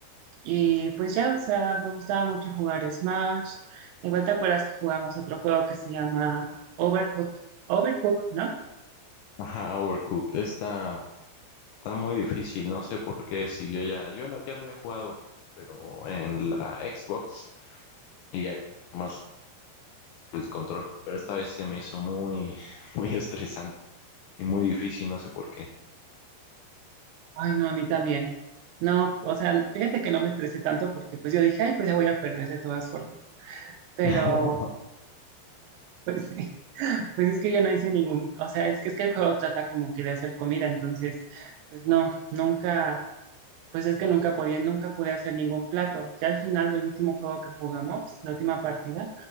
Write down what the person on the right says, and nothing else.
Y pues ya, o sea, me gustaba mucho jugar Smash. Igual te acuerdas que jugamos otro juego que se llama Overcooked, Overcooked, ¿no?
Ay, no, a mí también. No, o sea, fíjate que no me estresé tanto porque pues yo dije, ay, pues ya voy a perder de todas formas. Pero
Pues sí, pues es que yo no hice ningún, o sea, es que es que el juego trata como que de hacer comida, entonces, pues no, nunca, pues es que nunca podía, nunca pude hacer ningún plato. Ya al final del último juego que jugamos, la última partida,